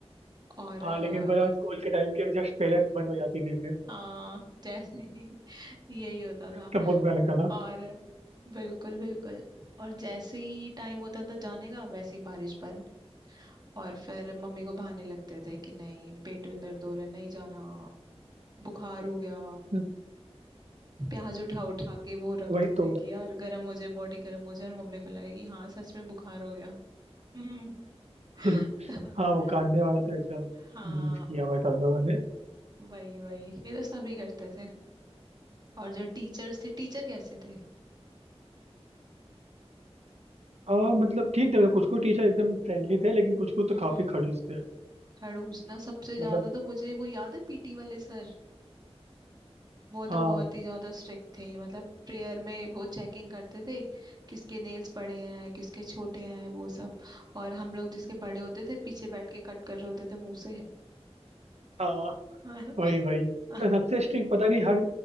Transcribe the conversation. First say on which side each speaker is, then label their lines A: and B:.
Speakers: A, on the right; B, on the right.
A: और
B: हाँ
A: अ,
B: लेकिन बड़ा स्कूल के टाइम के जस्ट पहले बंद हो जाती थी फिर
A: हाँ जैसे ही <laughs> यही होता था
B: तब बहुत बुरा लगता था
A: और बिल्कुल बिल्कुल और जैसे ही टाइम होता था जाने का वैसे ही बारिश बंद और फिर मम्मी को बहाने लगते थे कि नहीं पेट में दर्द हो रहा है नहीं जाना बुखार हो गया
B: हम्म,
A: प्याज उठा उठा के वो रखते
B: वही तो
A: थे कि यार गर्म हो जाए बॉडी गर्म हो जाए और मम्मी को लगे कि हाँ सच में बुखार हो गया हम्म।
B: <laughs>
A: <laughs>
B: हाँ वो कांदे वाला तो एकदम
A: हाँ
B: यूज किया हुआ है सब लोगों ने
A: वही वही ये तो सभी करते थे और जो टीचर्स थे टीचर कैसे थे
B: हाँ मतलब ठीक था मतलब कुछ कुछ टीचर एकदम फ्रेंडली थे लेकिन कुछ कुछ
A: हम्म
B: तो काफी खड़ूस थे
A: खड़ूस ना सबसे ज्यादा
B: मतलब
A: तो मुझे वो याद है पीटी वाले सर वो तो
B: हाँ
A: बहुत ही ज्यादा स्ट्रिक्ट थे मतलब प्रेयर में वो चेकिंग करते थे किसके नेल्स बड़े हैं किसके छोटे हैं वो सब और हम लोग जिसके बड़े होते थे पीछे बैठ के कट कर रहे होते थे मुंह से
B: हाँ
A: <laughs>
B: वही वही
A: हाँ।
B: तो सबसे स्ट्रिक्ट पता नहीं हर